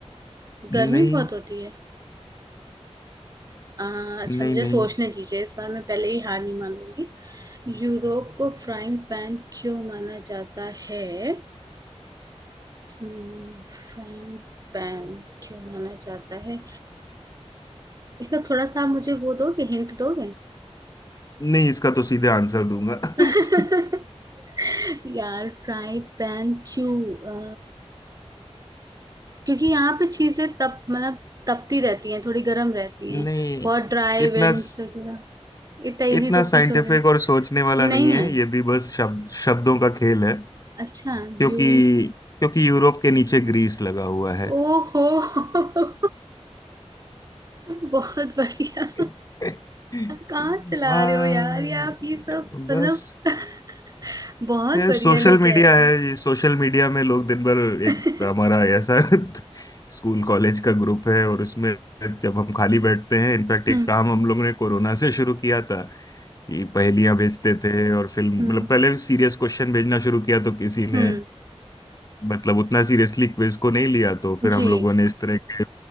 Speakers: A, on the left; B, on the right.
A: नहीं
B: गर्मी बहुत होती है आ, अच्छा
A: नहीं
B: मुझे
A: नहीं
B: सोचने दीजिए इस बार मैं पहले ही हार नहीं मान लूंगी यूरोप को फ्राइंग पैन क्यों माना जाता है हम्म, फ्राइंग पैन क्यों माना जाता है इसका थोड़ा सा आप मुझे वो दोगे हिंट दोगे
A: नहीं इसका तो सीधे आंसर दूंगा
B: <laughs>
A: <laughs>
B: यार फ्राई पैन क्यों अ, क्योंकि यहाँ पे चीजें तप मतलब तपती रहती हैं थोड़ी गर्म रहती
A: नहीं
B: हैं बहुत ड्राई
A: इतना
B: विंड्स वगैरह इतना इजी
A: इतना
B: तो पूछोगे
A: साइंटिफिक और सोचने
B: नहीं
A: वाला नहीं
B: नहीं
A: है
B: है
A: ये भी बस शब्द शब्दों का खेल है
B: अच्छा
A: क्योंकि
B: यू
A: क्योंकि यूरोप के नीचे ग्रीस लगा हुआ है
B: ओहो <laughs> बहुत बढ़िया
A: <laughs>
B: कहाँ से ला
A: हाँ
B: रहे हो यार ये आप ये सब
A: बस
B: मतलब <laughs> बहुत
A: ये
B: बढ़िया
A: सोशल
B: लेके
A: मीडिया
B: आए हो
A: है ये सोशल मीडिया में लोग दिन भर एक
B: <laughs>
A: हमारा ऐसा <laughs> स्कूल कॉलेज का ग्रुप है और उसमें जब हम खाली बैठते हैं इनफैक्ट एक
B: हम्म
A: काम हम लोगों ने कोरोना से शुरू किया था कि पहेलियां भेजते थे और फिल्म
B: हम्म
A: मतलब पहले सीरियस क्वेश्चन भेजना शुरू किया तो किसी
B: हम्म,
A: ने मतलब उतना सीरियसली क्विज को नहीं लिया तो फिर
B: जी
A: हम लोगों ने इस तरह के